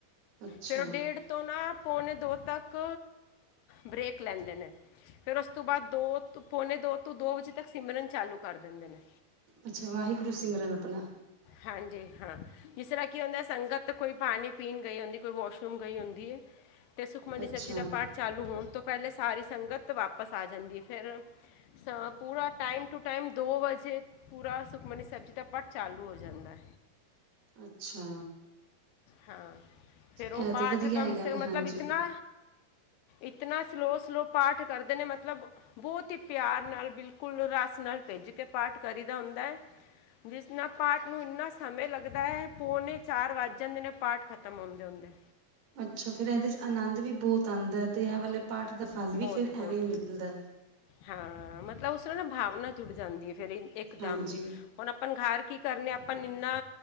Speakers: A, on the right; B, on the left.
A: ਅੱਛਾ
B: ਫਿਰ ਉਹ ਡੇਢ ਤੋਂ ਨਾ ਪੌਣੇ ਦੋ ਤੱਕ ਬਰੇੇਕ ਲੈਂਦੇ ਨੇ। ਫਿਰ ਉਸ ਤੋਂ ਬਾਅਦ ਦੋ ਪੌਨ ਦੋ ਤੋਂ ਦੋ ਵਜੇ ਤੱਕ ਸਿਮਰਨ ਚਾਲੂ ਕਰ ਦਿੰਦੇ ਨੇ।
A: ਅੱਛਾ। ਵਾਹਿਗੁਰੂ ਸਿਮਰਨ ਆਪਣਾ।
B: ਹਾਂਜੀ। ਹਾਂ, ਜਿਸ ਤਰ੍ਹਾਂ ਕੀ ਹੁੰਦਾ ਸੰਗਤ ਕੋਈ ਪਾਣੀ ਪੀਣ ਗਈ ਹੁੰਦੀ, ਕੋਈ ਵਾਸ਼ਰੂਮ ਗਈ ਹੁੰਦੀ ਹੈ। ਅਤੇ ਸੁਖਮਨੀ
A: ਅੱਛਾ
B: ਸਾਹਿਬ ਜੀ ਦਾ ਪਾਠ ਚਾਲੂ ਹੋਣ ਤੋਂ ਪਹਿਲੇ ਸਾਰੀ ਸੰਗਤ ਵਾਪਸ ਆ ਜਾਂਦੀ। ਫਿਰ ਅ ਪੂਰਾ ਟਾਈਮ ਟੂ ਟਾਈਮ ਦੋ ਵਜੇ ਪੂਰਾ ਸੁਖਮਨੀ ਸਾਹਿਬ ਦਾ ਪਾਠ ਚਾਲੂ ਹੋ ਜਾਂਦਾ।
A: ਅੱਛਾ।
B: ਹਾਂ। ਫੇਰ
A: ਇਹ
B: ਉਹ ਪਾਠ
A: ਤਾਂ ਵਧੀਆ
B: ਕਮ
A: ਹੈਗਾ
B: ਸ
A: ਵੇ
B: ਮਤਲਬ
A: ਹਾਂਜੀ
B: ਇਤਨਾ ਇਤਨਾ ਸਲੋਅ- ਸਲੋ ਪਾਠ ਕਰਦੇ ਨੇ। ਮਤਲਬ ਬਹੁਤ ਹੀ ਪਿਆਰ ਨਾਲ ਬਿਲਕੁਲ ਰਸ ਨਾਲ ਭਿੱਜ ਕੇ ਪਾਠ ਕਰੀਦਾ ਹੁੰਦਾ ਹੈ। ਜਿਸ ਨਾਲ ਪਾਠ ਨੂੰ ਇੰਨਾ ਸਮੇਂ ਲੱਗਦਾ ਹੈ ਪੌਨ ਚਾਰ ਵੱਜ ਜਾਂਦੇ ਨੇ। ਪਾਠ ਖਤਮ ਹੁੰਦੇ-ਹੁੰਦੇ
A: ਅੱਛਾ ਫੇਰ ਇਹਦੇ ਚ ਆਨੰਦ ਵੀ ਬਹੁਤ ਆਂਦਾ ਹੈ ਤੇ ਇਹ ਵਾਲੇ ਪਾਠ ਦਾ ਫਲ ਵੀ
B: ਬਹੁਤ-ਬਹੁਤ,
A: ਫਿਰ ਐਵੇਂ ਹੀ ਮਿਲਦਾ
B: ਹਾਂ ਮਤਲਬ ਉਸ ਵੇਲੇ ਨਾ ਭਾਵਨਾ ਜੁੜ ਜਾਂਦੀ ਹੈ ਫੇਰ ਇਹ ਇਕਦਮ,
A: ਹਾਂਜੀ
B: ਹੁਣ ਆਪਾਂ ਘਰ ਕੀ ਕਰਨੇ ਆਪਾਂ ਇੰਨਾ